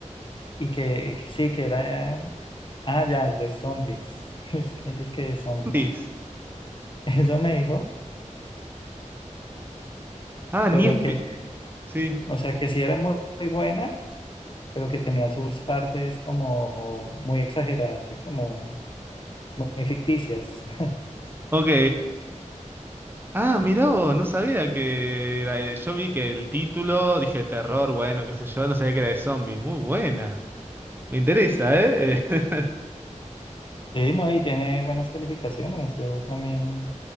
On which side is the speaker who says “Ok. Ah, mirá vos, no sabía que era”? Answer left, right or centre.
Right